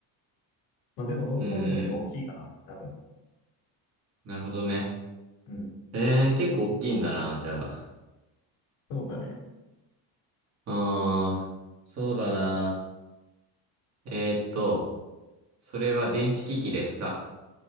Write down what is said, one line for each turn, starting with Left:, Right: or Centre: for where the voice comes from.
Left: まあでもノートパソコンより大きいかな、
Right: うんうん。
Left: 多分。
Right: なるほどね。
Left: うん。
Right: えー、結構大きいんだな、じゃあ。
Left: そうだね。
Right: うーん、そうだな。えーっと、それは電子機器ですか